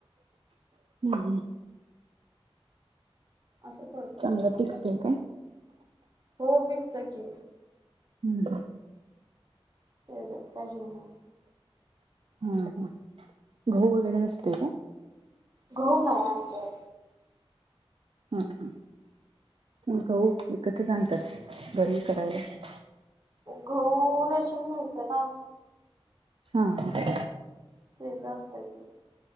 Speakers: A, on the right; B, on the right.
A: <inaudible>
B: असं करतो.
A: चांगलं पिकतय काय?
B: हो, विकतं की.
A: <inaudible>
B: तेज्यात काही नाही.
A: हम्, ह. घऊ वगैरे नसतेय काय?
B: घऊ नाही आमच्यात.
A: हा, हा. मग घऊ विकत जा आणतात. घरी करायला.
B: घऊ, रेशन मिळतं ना.
A: हा, ह.
B: तेज आस्तय की.